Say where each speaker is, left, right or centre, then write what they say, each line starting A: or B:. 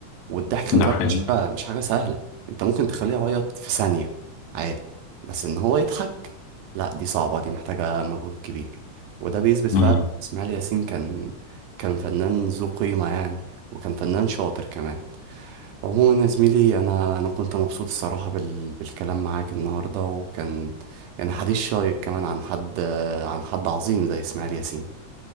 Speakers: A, on the right (about 85°); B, on the left (about 70°).
A: والضحك خلي
B: ده
A: بالك
B: حقيقي
A: مش حاجة مش حاجة سهلة انت ممكن تخليه يعيط في ثانية عادي بس ان هو يضحك لا دي صعبة دي محتاجة مجهود كبير وده بيثبت فعلا
B: مم.
A: اسماعيل ياسين كان كان فنان ذو قيمة يعني وكان فنان شاطر كمان عموما يا زميلي انا انا كنت مبسوط الصراحه بال... بالكلام معاك النهارده وكان يعني حديث شيق كمان عن حد عن حد عظيم زي اسماعيل ياسين